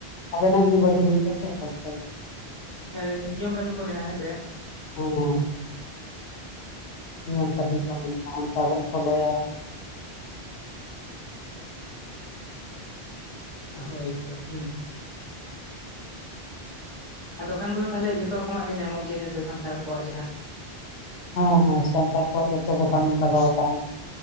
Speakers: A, on the left (about 80°); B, on the left (about 35°).
A: ᱟᱵᱮᱱᱟᱜ ᱜᱮ ᱵᱟᱹᱲᱤᱡ ᱦᱩᱭᱩᱜ ᱟᱥᱮ ᱠᱚᱥᱴᱚ ᱫᱚ᱾
B: ᱦᱮᱸ ᱱᱤᱭᱚᱢ ᱠᱟᱹᱱᱩᱱ ᱠᱚ ᱢᱮᱱᱟᱜ-ᱟ ᱦᱮᱸᱥᱮ?
A: ᱦᱮᱸ ᱱᱤᱭᱚᱢ
B: ᱦᱳᱭᱛᱚ
A: ᱠᱟᱹᱱᱩᱱ ᱠᱚ ᱢᱮᱱᱟᱜ-ᱟ ᱚᱱᱠᱟ ᱵᱮᱱ ᱯᱷᱚᱞᱚᱭᱟ᱾
B: ᱦᱳᱭ ᱛᱚ, ᱦᱩᱸ ᱟᱨ ᱫᱚᱠᱟᱱ ᱠᱚᱫᱚ ᱛᱟᱦᱚᱞᱮ ᱡᱷᱚᱛᱚ ᱨᱚᱠᱚᱢᱟᱜ ᱜᱮ ᱧᱟᱢᱚᱜ ᱜᱮᱭᱟ ᱦᱮᱸ ᱥᱮ ᱥᱟᱱᱛᱟᱲ ᱠᱚᱣᱟᱜ ᱡᱟᱦᱟᱸ
A: ᱦᱮᱸ ᱦᱮᱸ ᱥᱟᱱᱛᱟᱲ ᱠᱚᱣᱟᱜ ᱡᱚᱛᱚ ᱫᱚᱠᱟᱱ ᱞᱟᱜᱟᱣ ᱛᱟᱦᱮᱱᱟ᱾